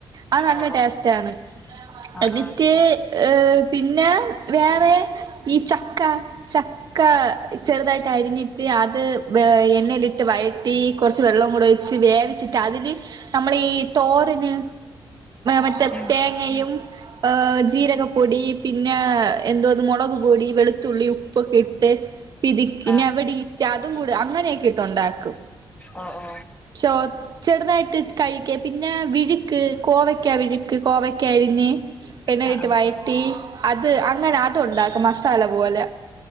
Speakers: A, on the right (about 50°); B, on the left (about 15°).
A: അത് നല്ല
B: ഓ
A: ടേസ്റ്റ് ആണ്
B: ആ
A: എന്നിട്ട്
B: ആ
A: ഏ പിന്നെ വേറെ ഈ ചക്ക ചക് ക്ക ചെറുതായിട്ട് അരിഞ്ഞിട്ട് അത് വെ എണ്ണയിലിട്ട് വഴറ്റി കുറച്ച് വെള്ളം കൂടി ഒഴിച്ച് വേവി <unintelligible> അതിന് നമ്മളീ ഈ തോരന് മറ്റേ
B: ഉം
A: തേങ്ങയും ആഹ് ജീരകപ്പൊടി പിന്നെ എന്തോന്ന് മുളക് പൊടി വെളു ത്തുള്ളി ഉപ്പൊക്കെ ഇട്ട് <unintelligible>
B: ആ
A: അതും കൂടെ അങ്ങനെയൊക്കെ ഇട്ട് ഉണ്ടാക്കും.
B: ഓ ഓ
A: ചോ ചെറുതായിട്ട് കഴിക്ക് പിന്നെ വിഴുക്ക് കോവയ്ക്കാ വിഴുക്ക് കോവക്കായരിഞ്ഞ്. എണ്ണയിലിട്ട്
B: ആ ആ
A: വയറ്റി അത് അങ്ങനെ അത് ഉണ്ടാക്കും മസ്റ്റ് മസാല പോവല്ല